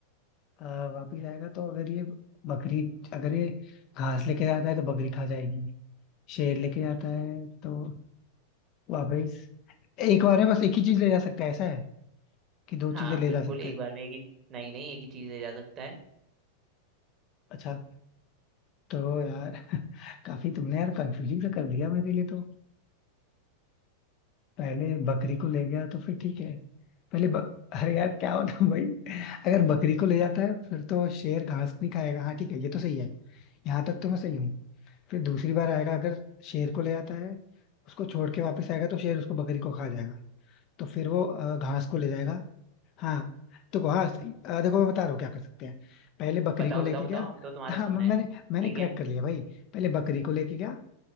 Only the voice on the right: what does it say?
हाँ
बिल्कुल
एक
बार में एक ही नहीं नहीं एक ही चीज ले जा सकता है
बताओ
बताओ बताओ
हम तो तुम्हारा
सुन
रहे हैं
ठीक
है